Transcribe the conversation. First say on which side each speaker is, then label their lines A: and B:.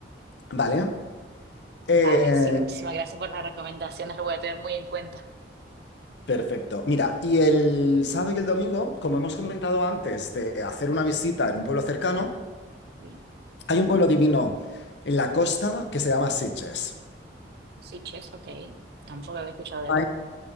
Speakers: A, on the left; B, on the right.
A: ¿vale? Eh,
B: Vale, sí, muchísimas gracias por las recomendaciones. Lo voy a tener muy en cuenta.
A: perfecto. Mira, y el sábado y el domingo, como hemos comentado antes de hacer una visita en un pueblo cercano,
B: Sí,
A: Hay un pueblo divino en la costa que se llama Sitges.
B: sí, chess, ok. Tampoco había escuchado de
A: Hay
B: él.